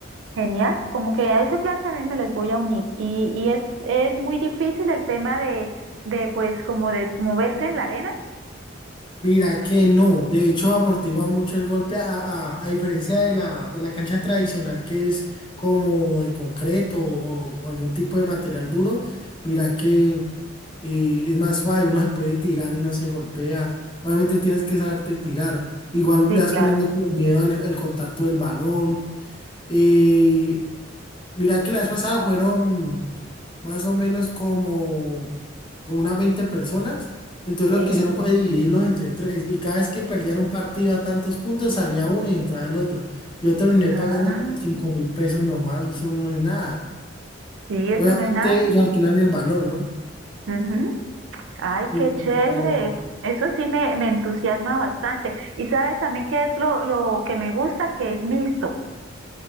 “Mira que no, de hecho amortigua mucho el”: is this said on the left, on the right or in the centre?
Left